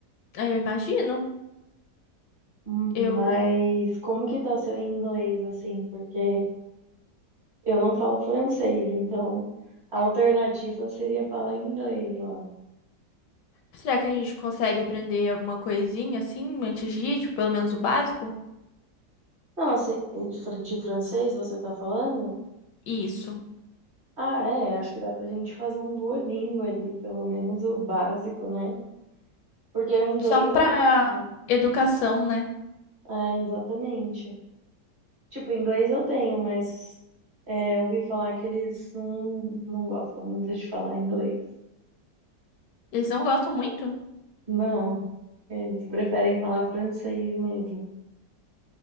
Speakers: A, on the left (about 80°); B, on the right (about 35°).
A: Ah, Eu imagino.
B: Hum,
A: Eu
B: Mas como que tá seu inglês, assim? Porque eu não falo francês, então a alternativa seria falar inglês lá.
A: Será que a gente consegue aprender alguma coisinha assim antes de ir, tipo, pelo menos o básico?
B: Não, assim, de fr- de francês você tá falando?
A: Isso.
B: Ah, é, acho que dá pra gente fazer um Duolingo ali, pelo menos o básico, né? Porque o inglês
A: Só pra
B: eu tenho.
A: educação, né?
B: Ah, exatamente. Tipo, inglês eu tenho, mas é, eu ouvi falar que eles não, não gostam muito de falar inglês.
A: Eles não gostam muito?
B: Não, eles preferem falar francês mesmo.